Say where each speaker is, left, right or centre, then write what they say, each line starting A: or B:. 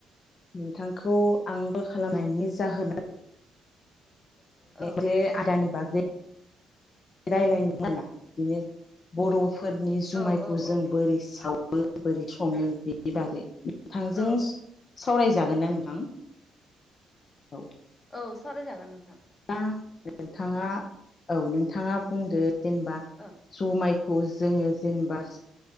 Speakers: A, on the left; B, on the left.
A: नोंथांखौ आंबो खालामनायनि जाहोना
B: औ
A: ज आदानि बागै रायलायनो <unintelligible> बर'फोरनि जुमायखौ
B: औ
A: जों
B: औ
A: बोरै साव बोरै बोरै सावो बेनि बागै नोंथांजों
B: औ
A: सावरायजागोन ना नोंथां औ
B: औ सावराय जागोन नोंथां
A: दा नोंथाङा औ नोंथाङा बुंदो जेनेबा
B: ओं
A: जुमायखौ जोङो जेनेबा